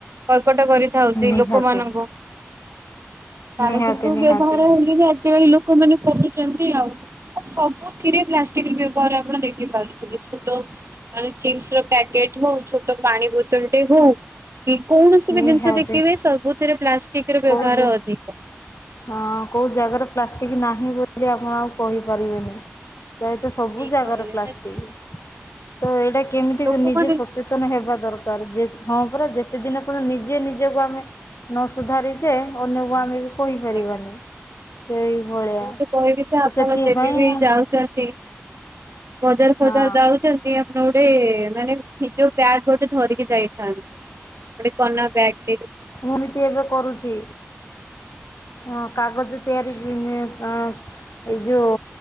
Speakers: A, on the right; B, on the left.
A: କର୍କଟ କରିଥାଉଛି
B: ନିହାତି
A: ଲୋକମାନଙ୍କୁ। ତାର
B: ନିହାତି
A: କିନ୍ତୁ
B: ନିହାତି
A: ବ୍ୟବହାର ହେଲେ ବି ଆଜିକାଲି ଲୋ ଲୋକ ମାନେ କହୁଛନ୍ତି ଆଉ, ଆଉ ସବୁଥିରେ ପ୍ଲାଷ୍ଟିକ ବ୍ୟବହାର ଆପଣ ଦେଖିପାରୁ ଛୋଟ ମାନେ ଚିପ୍ସ ର ପ୍ୟାକେଟ ହଉ, ଛୋଟ ପାଣି ବୋତଲ ଟେ ହଉ। କି କୌଣସି ବି
B: ନିହାତି
A: ଜିନିଷ ଦେଖିବେ ସବୁଥିରେ ପ୍ଲାଷ୍ଟିକ ର
B: କୋଉ
A: ବ୍ୟବହାର ଅଧିକ।
B: ହଁ କୋଉ ଜାଗାରେ ପ୍ଲାଷ୍ଟିକ ନାହିଁ ବୋଲି ଆପଣ ଆଉ କହିପାରିବେନି। ପ୍ରାୟତ ସବୁ
A: ଠିକ
B: ଜାଗାରେ
A: କହିଲେ
B: ପ୍ଲାଷ୍ଟିକ।
A: ମାନେ
B: ତ ଏଇଟା କେମିତି
A: ଲୋକମାନେ
B: ନିଜେ ସଚେତନ ହେବା ଦର ହଁ ପରା ଯେତେଦିନ ପର୍ଯ୍ୟନ୍ତ ନିଜେ ନିଜକୁ ଆମେ ନ ସୁୁଧାରି ଯେ ଅନ୍ୟକୁ ଆମେ ବି କହିପାରିବାନି।
A: ଆଜ୍ଞା
B: ସେଇଭଳିଆ
A: ମୁଁ ତ କହିବି ଯେ
B: ତ
A: ଆପଣ
B: ସେଥିପାଇଁ
A: ଯେବେ ବି ଯାଉଛନ୍ତି ବଜାର ଫଜାର
B: ହଁ
A: ଯାଉଛନ୍ତି। ଆ ଗୋଟେ ମାନେ ନିଜ ବ୍ୟାଗ ଗୋଟେ ଧରିକି ଯାଇଥାନ୍ତୁ, ଗୋଟେ କନା ବ୍ୟାଗ୍।
B: ମୁଁ ଏମତି ଏବେ କରୁଛି ହଁ କାଗଜ ତିଆରି ହଁ। ଏଇ ଯୋଉ